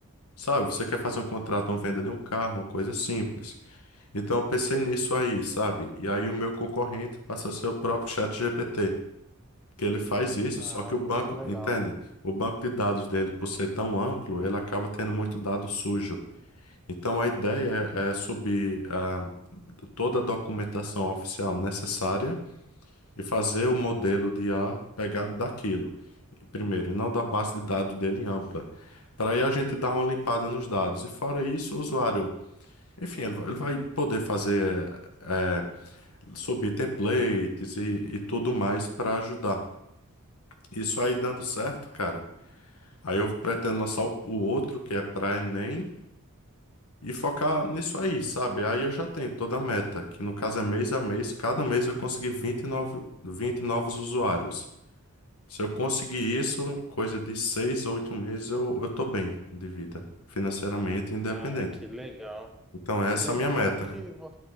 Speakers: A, on the left; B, in the centre.
A: Sabe, você quer fazer um contrato, uma venda de um carro, uma coisa simples. Então eu pensei nisso aí, sabe? E aí o meu concorrente passa a ser o próprio ChatGPT, que ele faz isso,
B: Ah,
A: só que o
B: muito
A: banco,
B: legal.
A: entende? O banco de dados dele, por ser tão amplo, ele acaba tendo muito dado sujo. Então a ideia é é subir ah, toda a documentação oficial necessária e fazer o modelo de IA pegado daquilo. Primeiro, não da base de dados dele em ampla. Para aí a gente dar uma limpada nos dados. E fora isso, o usuário, enfim, ele vai ele vai poder fazer, eh, subir templates e, e tudo mais para ajudar. Isso aí dando certo, cara. Aí eu pretendo lançar o, o outro, que é para Enem e focar nisso aí, sabe? Aí eu já tenho toda a meta, que no caso é mês a mês, cada mês eu consegui vinte novo, 20 novos usuários. Se eu conseguir isso, em coisa de 6 ou 8 meses, eu, eu tô bem de vida, financeiramente independente.
B: Ah, que legal,
A: Então, essa
B: que legal.
A: é a minha meta.
B: Bom que, vo-